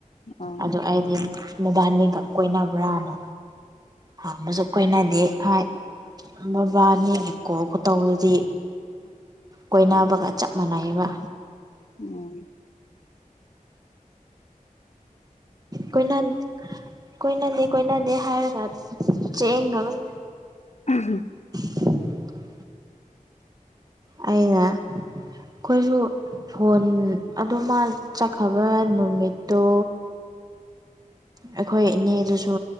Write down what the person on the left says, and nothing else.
ꯑꯥꯎ
ꯎꯝ
ꯎ